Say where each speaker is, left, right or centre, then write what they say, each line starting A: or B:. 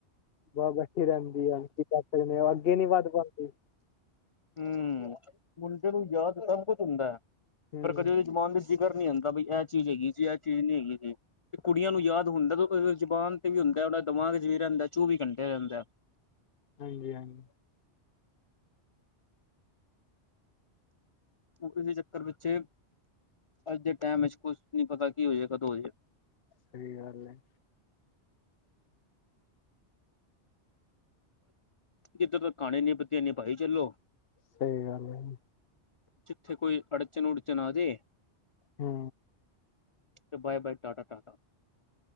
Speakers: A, on the left; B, on the left.
A: ਬਾਬਾ ਅੱਕੀ ਰਹਿੰਦੀ ਆ ਕੀ ਕਰ ਸਕਦੇ ਆ ਅੱਗੇ ਨੀ ਵੱਧ ਪਾਂਦੀ।
B: ਹੂੰ ਮੁੰਡੇ ਨੂੰ ਯਾਦ ਸਭ ਕੁਛ ਹੁੰਦਾ ਆ।
A: ਹੂੰ
B: ਪਰ ਕਦੇ ਉਹਦੀ ਜਬਾਨ ਜ਼ਿਕਰ ਨੀ ਹੁੰਦਾ ਬਈ ਇਹ ਚੀਜ਼ ਹੈਗੀ ਜੀ ਇਹ ਚੀਜ਼ ਨੀ ਹੈਗੀ ਜੀ। ਕੁੜੀਆਂ ਨੂੰ ਯਾਦ ਹੁੰਦਾ ਜ਼ਬਾਨ ਤੇ ਵੀ ਹੁੰਦਾ ਉਹਦਾ ਦਿਮਾਗ 'ਚ ਵੀ ਰਹਿੰਦਾ ਚੌਵੀ ਘੰਟੇ ਰਹਿੰਦਾ।
A: ਹਾਂਜੀ ਹਾਂਜੀ।
B: ਇਸਦੇ ਚੱਕਰ ਪਿੱਛੇ ਅੱਜ ਦੇ ਟਾਈਮ ਵਿੱਚ ਕੁਛ ਨੀ ਪਤਾ ਕੀ ਹੋ ਜਏ ਕਦੋਂ ਹੋ ਜਏ।
A: ਸਹੀ ਗੱਲ ਏ।
B: ਕਿਧਰ ਤ ਕਾਣੇ ਨ <unintelligible> ਚੱਲੋ।
A: ਸਹੀ ਗੱਲ ਏ ਜੀ।
B: ਜਿੱਥੇ ਕੋਈ ਅੜਚਨ -ਉੜਚਣ ਆ ਜੇ
A: ਹੂ।
B: ਤੇ ਬਏ- ਬਏ, ਟਾਟਾ- ਟਾਟਾ।